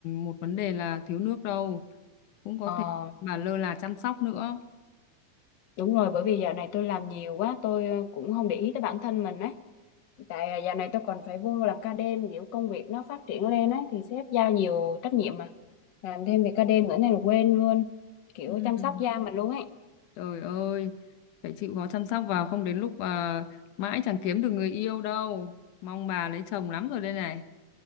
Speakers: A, on the left; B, on the left.
A: một vấn đề là thiếu nước đâu, cũng có
B: Ờ,
A: thể bà lơ là chăm sóc nữa.
B: Đúng rồi, bởi vì dạo này tôi làm nhiều quá, tôi ờ, cũng không để ý tới bản thân mình ấy. Tại ờ, dạo này tôi còn phải vô làm ca đêm, kiểu công việc nó phát triển lên ấy, thì sếp giao nhiều trách nhiệm mà. Làm thêm việc ca đêm nữa này là quên luôn, kiểu
A: Ừm,
B: chăm sóc da mình luôn ấy.
A: Trời ơi, phải chịu khó chăm sóc vào không đến lúc à, mãi chẳng kiếm được người yêu đâu. Mong bà lấy chồng lắm rồi đây này.